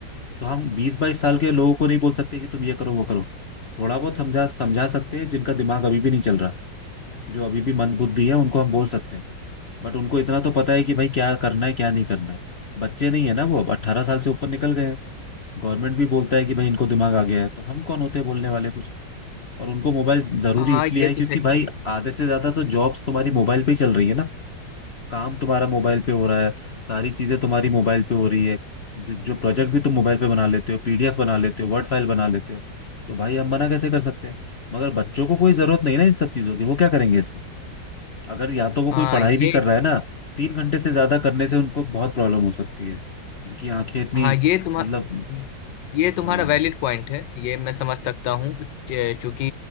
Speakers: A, on the left; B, on the left.
A: तो हम बीस बाईस साल के लोगों को नहीं बोल सकते कि तुम ये करो वो करो थोड़ा बहुत समझा समझा सकते हैं जिनका दिमाग अभी भी नहीं चल रहा जो अभी भी मंद बुद्धि है उनको हम बोल सकते हैं बट उनको इतना तो पता है कि भाई क्या करना है क्या नहीं करना है बच्चे नहीं है ना वो अब अट्ठारह साल से ऊपर निकल गए हैं गवर्नमेंट भी बोलता है कि भाई इनको दिमाग आ गया है तो हम कौन होते हैं बोलने वाले कुछ और उनको मोबाइल जरूरी
B: हाँ
A: इसलिए
B: ये
A: है
B: तो
A: क्योंकि
B: सही
A: भाई आधे से ज्यादा तो जॉब्स तुम्हारी मोबाइल पे ही चल रही है ना काम तुम्हारा मोबाइल पे हो रहा है सारी चीजें तुम्हारी मोबाइल पे हो रही है जि- जो प्रोजेक्ट भी तुम मोबाइल पे बना लेते हो पीडीएफ बना लेते हो वर्ड फाइल बना लेते हो तो भाई हम मना कैसे कर सकते हैं मगर बच्चों को कोई जरूरत नहीं ना इन सब चीजों की वो क्या करेंगे इसका अगर या तो वो
B: हाँ
A: कोई पढ़ाई
B: ये
A: भी कर रहा है ना तीन घंटे से ज्यादा करने से उनको बहुत प्रॉब्लम हो सकती है उनकी आंखें इतनी
B: हाँ ये तुम्हारा
A: मतलब
B: ये तुम्हारा
A: हाँ
B: वैलिड पॉइंट है ये मैं समझ सकता हूँ चे- चूंकि